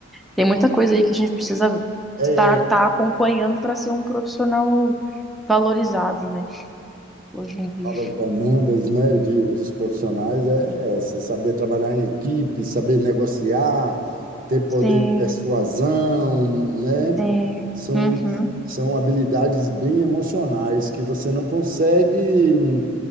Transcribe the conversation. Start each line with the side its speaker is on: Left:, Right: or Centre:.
Centre: tem muita coisa aí que a gente precisa
Right: é
Centre: estar tá acompanhando para ser um profissional valorizado, né? Hoje em dia.
Right: uma das demandas, né, de, dos profissionais é essa, saber trabalhar em equipe, saber negociar, ter poder
Centre: Sim,
Right: de persuasão, né?
Centre: sim.
Right: São,
Centre: Uhum,
Right: são habilidades bem emocionais que você não consegue